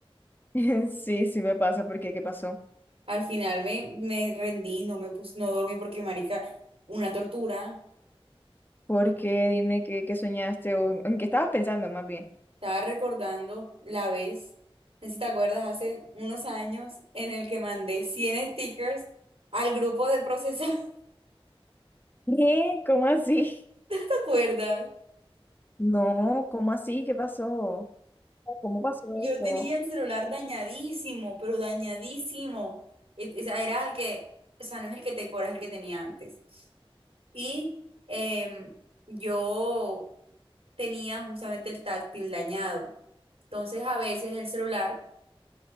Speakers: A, on the left; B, on the right.
A: <laughs> Sí, sí me pasa. ¿Por qué? ¿Qué pasó?
B: al final me, me rendí, no me pus- no dormí porque marica, una tortura.
A: ¿Por qué? dime qué, qué soñaste o en qué estabas pensando más bien.
B: Estaba recordando la vez, no sé si te acuerdas, hace unos años en el que mandé 100 stickers al grupo de procesados,
A: ¿Qué? ¿Cómo así? <laughs>
B: <laughs> ¿te acuerdas?
A: No, ¿cómo así? ¿Qué pasó? ¿Cómo pasó
B: Yo
A: esto?
B: tenía el celular dañadísimo, pero dañadísimo. Et- o sea, Era el que, o sea, no es el que tengo ahora, es el que tenía antes. Y em, yo tenía justamente el táctil dañado. Entonces, a veces el celular